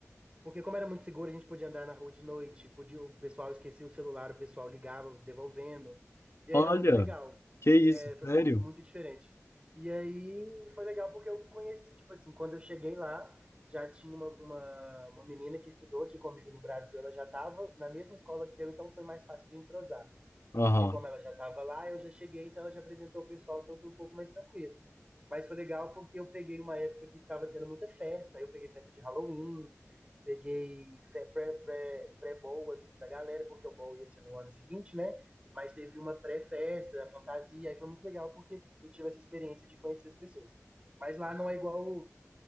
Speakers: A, on the right (about 20°); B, on the left (about 60°).
A: Porque como era muito seguro, a gente podia andar na rua de noite, podia, o pessoal esquecia o celular, o pessoal ligava, devolvendo, e
B: Olha,
A: aí era muito legal,
B: que isso,
A: E, é, foi
B: sério?
A: muito, muito diferente. E aí foi legal porque eu conheci, tipo assim, quando eu cheguei lá, já tinha uma, uma, uma menina que estudou aqui comigo no Brasil, ela já estava na mesma escola que eu, então foi mais fácil de entrosar
B: Aham.
A: porque como ela já estava lá, eu já cheguei, então ela já apresentou o pessoal, então foi um pouco mais tranquilo. Mas foi legal porque eu peguei uma época que estava tendo muita festa, aí eu peguei festa de Halloween, peguei fe- pré, pré, pré-bowl, assim, da galera, porque o bowl ia ser no ano seguinte, né? Mas teve uma pré-festa, a fantasia, aí foi muito legal porque eu tive essa experiência de conhecer as pessoas. Mas lá não é igual